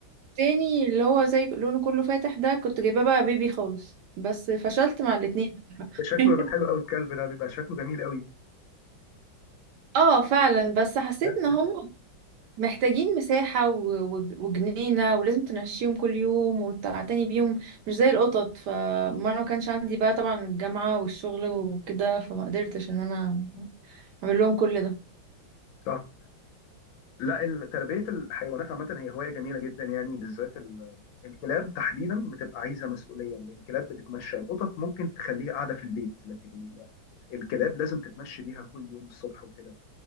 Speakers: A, on the right (about 70°); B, on the left (about 80°).
A: تاني اللي هو زي لونه كله فاتح ده كنت جايباه بقى بيبي خالص بس فشلت مع الاتنين
B: شكله
A: <laughs>
B: بيبقى حلو قوي الكلب ده بيبقى شكله جميل قوي
A: اه فعلا بس حسيت
B: كلاب كتير
A: ان هم
B: قوي.
A: محتاجين مساحة و- و- وجنينة ولازم تمشيهم كل يوم وتعتني بيهم مش زي القطط فما انا ما كانش عندي بقى طبعا الجامعة والشغل وكده فما قدرتش ان انا اعمل لهم كل ده
B: صح لا ال- تربيه الحيوانات عامه هي هوايه جميله جدا يعني بالذات ال- الكلاب تحديدا بتبقى عايزه مسؤوليه إن الكلاب بتتمشى القطط ممكن تخليها قاعده في البيت لكن ال- الكلاب لازم تتمشي بيها كل يوم الصبح وكده